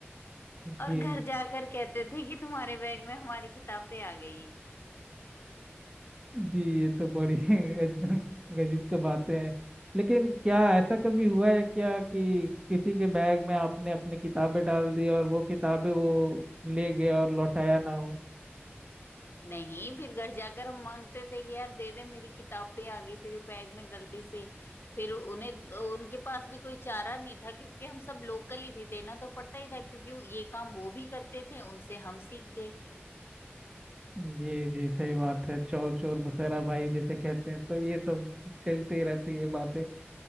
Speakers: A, on the left; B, on the right.
A: और
B: जी
A: घर जाकर कहते थे कि तुम्हारे बैग में हमारी किताबें आ गई है
B: जी ये तो बड़ी <laughs> गज- गजब की बातें हैं लेकिन क्या ऐसा कभी हुआ है क्या कि किसी के बैग में आपने अपनी किताबें डाल दी और वो किताबें वो ले गया और लौटाया ना हो
A: नहीं फिर घर जाकर हम मांगते थे कि यार दे दे मेरी किताबें आ गई तेरे बैग में गलती से फिर उन्हें उनके पास भी कोई चारा नहीं था क्योंकि हम सब लोकल ही थे देना तो पड़ता ही था क्योंकि ये काम वो भी करते थे उनसे हम सीख गए
B: जी जी सही बात है चोर चोर मुसहरा भाई जिसे कहते हैं तो ये सब चलती रहती है बातें